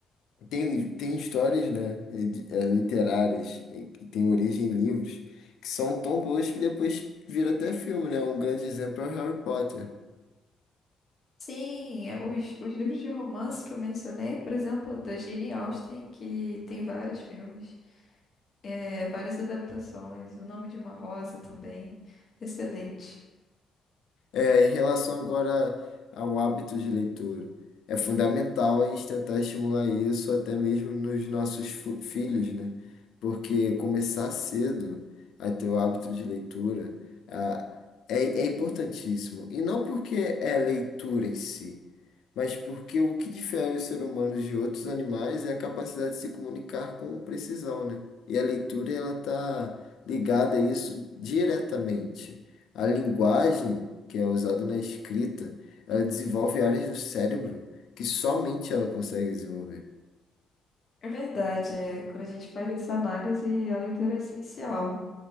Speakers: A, on the left (about 75°); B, on the left (about 45°).
A: tem, tem histórias, né, eh, de- eh, literárias, eh, que têm origem em livros, que são tão boas que depois vira até filme, né? Um grande exemplo é o Harry Potter.
B: Sim, é, os, os livros de romance que eu mencionei, por exemplo, da Jane Austen, que tem vários filmes, é, várias adaptações, O Nome de uma Rosa também, excelente.
A: É, em relação agora ao hábito de leitura, é fundamental a gente tentar estimular isso até mesmo nos nossos fu- filhos, né? Porque começar cedo a ter o hábito de leitura, ah, é, é importantíssimo. E não porque é leitura em si mas porque o que difere o ser humano de outros animais é a capacidade de se comunicar com precisão, né? E a leitura, ela está ligada a isso diretamente. A linguagem, que é usada na escrita, ela desenvolve áreas do cérebro que somente ela consegue desenvolver.
B: É verdade, é, quando a gente faz essa análise, a leitura é essencial.